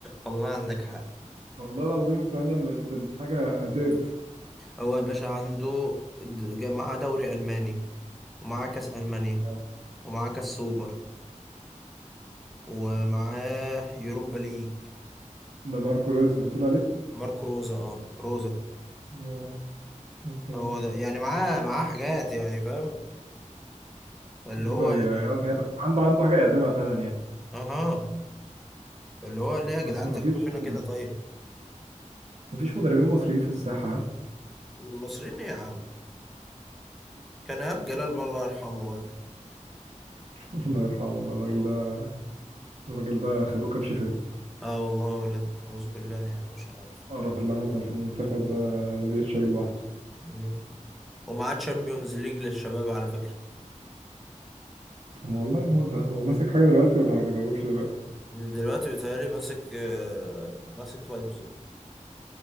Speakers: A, in the centre; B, on the right.
A: والله عندك حق
B: والله العظيم فعلا بقت الحاجة تقرف
A: هو يا باشا عنده د- معاه دوري ألماني ومعاه كأس ألمانيا
B: آه.
A: ومعاه كأس سوبر ومعاه يوروبا ليج
B: ده ماركو رويز اللي بتقول عليه
A: ماركو روزا اه روزا
B: اه اوكي
A: هو ده يعني معاه معاه حاجات يعني فاهم فاللي
B: يقدر
A: هو
B: ي-
A: يعني
B: يعرف عنده عنده حاجة يقدمها فعلا يعني
A: اها فاللي هو ليه يا
B: بس
A: جدعان
B: ما
A: تعملوا
B: فيش
A: فينا كده
B: آه،
A: طيب
B: ما فيش مدربين مصريين في الساحة
A: المصريين إيه يا عم كان إيهاب جلال بقى الله يرحمه بقى
B: <laughs> الله يرحمه والله الراجل
A: اه
B: ده الراجل ده خدوه كبش فدا
A: آه والله يا ولد أعوذ بالله يعني مش عارف
B: القرف اللي حصل في المنتخب ده الراجل شاله لوحده
A: مم. ومعاه تشامبيونز ليج للشباب على فكرة
B: طب ما والله موت ده هو ماسك حاجة دلوقتي ولا ما بيدربش دلوقتي
A: دلوقتي بيتهيألي ماسك آه، ماسك لايبزيج